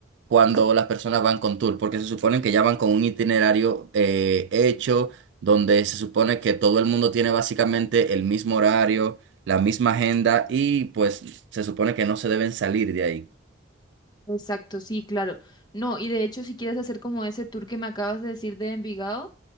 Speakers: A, on the right; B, on the left.
A: cuando las personas van con tour, porque se supone que ya van con un itinerario eh, hecho, donde se supone que todo el mundo tiene básicamente el mismo horario la misma agenda y pues se supone que no se deben salir de ahí.
B: Exacto, sí, claro. No, y de hecho, si quieres hacer como ese tour que me acabas de decir de Envigado,